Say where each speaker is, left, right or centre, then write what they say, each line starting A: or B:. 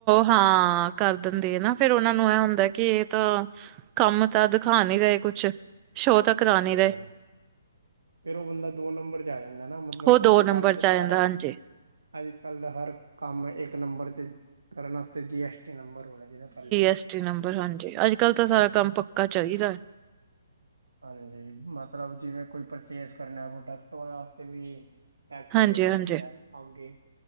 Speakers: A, on the right (about 25°); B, on the right (about 75°).
A: ਹਾਂ ਕਰ ਦਿੰਦੇ ਏ ਨਾ ਫੇਰ ਔਨਾਂ ਨੂੰ ਏ ਹੁੰਦੈ ਕਿ ਏ ਤਾਂ ਕੰਮ ਤਾਂ ਦਖਾ ਨੀ ਰਏ ਕੁਛ ਸ਼ੋਅ ਤਾਂ ਕਰਾ
B: ਹਾਂਜੀ-ਹਾਂਜ
A: ਨੀ ਰਹੇ
B: ਫਿਰ ਉਹ ਬੰਦਾ ਦੋ ਨੰਬਰ 'ਚ ਆ ਜਾਂਦੈ ਨਾ ਮਤਲਬ
A: ਉਹ ਦੋ
B: ਅੱਜ
A: ਨੰਬਰ
B: ਕੱਲ ਤੇ
A: ਚ ਆ
B: ਸਾਰਾ
A: ਜਾਂਦਾ ਹਾਂਜੀ।
B: ਅੱਜ ਕੱਲ੍ਹ ਦਾ ਹਰ ਕੰਮ ਇੱਕ ਨੰਬਰ 'ਚ ਕਰਨ ਆਸਤੇ ਜੀ ਐਸ ਟੀ ਨੰਬਰ ਹੋਣਾ ਚਾਈਦੈ ਪੈਲੇ
A: ਐਸ ਜੀ ਨੰਬਰ ਹਾਂਜੀ, ਅੱਜ ਕਲ ਤਾਂ ਸਾਰਾ ਕੰਮ ਪੱਕਾ ਚਾਹੀਦੈ।
B: ਹਾਂਜੀ ਮਤਲਬ ਜਿਵੇਂ ਕੋਈ ਪਰਚੇਸ ਕਰਨੈ ਪ੍ਰੋਡਕਟ ਔਰੇ ਆਸਤੇ ਵੀ ਟੈਕਸ
A: ਹਾਂਜੀ,
B: ਦੇਣਾ
A: ਹਾਂਜੀ,
B: ਪੈਂਦੈ ਅਗੇ